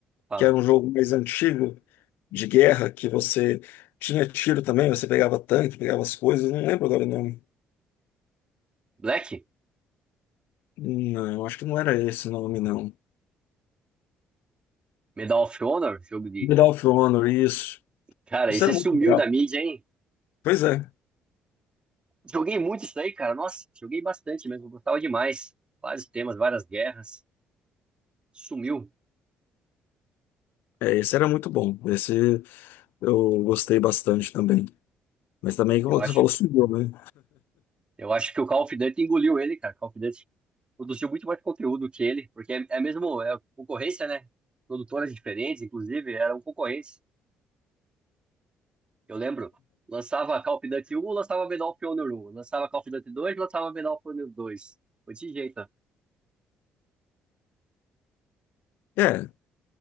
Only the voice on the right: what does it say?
Fala.
Black?
Medal of Honor? Jogo de.
Cara,
esse
sumiu
da mídia, hein?
Joguei muito isso aí, cara. Nossa, joguei bastante mesmo. Gostava demais. Vários temas, várias guerras. Sumiu.
Eu acho,
eu acho que o Call of Duty engoliu ele, cara. Call of Duty produziu muito mais conteúdo que ele, porque é, é mesmo é concorrência, né? Produtoras diferentes, inclusive, eram concorrentes. Eu lembro, lançava Call of Duty 1, lançava Medal of Honor 1, lançava Call of Duty 2, lançava Medal of Honor 2. Foi de jeito.